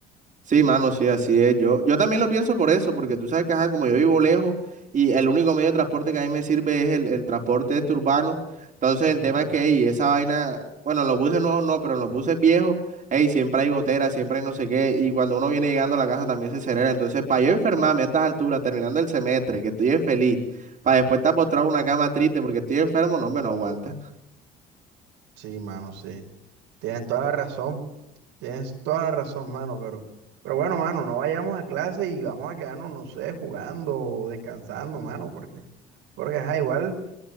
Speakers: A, on the right; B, on the right.
A: Sí, mano, sí, así es. Yo, yo también lo pienso por eso, porque tú sabes que, ajá, como yo vivo lejos y el único medio de transporte que a mí me sirve es el, el transporte este urbano. Entonces,
B: Ujú.
A: el tema es que, ey, esa vaina, bueno, en los buses nuevos no, pero en los buses viejos, ey, siempre hay goteras, siempre hay no sé qué. Y cuando uno viene llegando a la casa también se acelera. Entonces, para yo enfermarme a estas alturas, terminando el semestre, que estoy feliz, para después estar postrado en una cama triste porque estoy enfermo, no, hombre, no aguanta.
B: Sí, mano, sí. Tienes toda la razón. Tienes toda la razón, mano, pero, pero bueno, mano, no vayamos a clase y vamos a quedarnos, no sé, jugando o descansando, mano, porque, porque ajá, igual